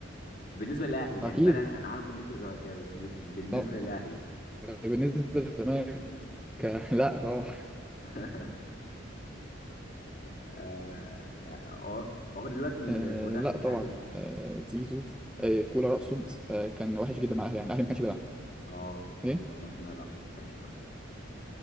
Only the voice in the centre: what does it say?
أكيد
طب
بالنسبة للزمالك <laughs> ك- لا طبعا
آه لا
طبعا
آه زيزو آه كولر أقصد آه كان وحش جدا مع الأهلي يعني الأهلي ما كانش بيلعب
إيه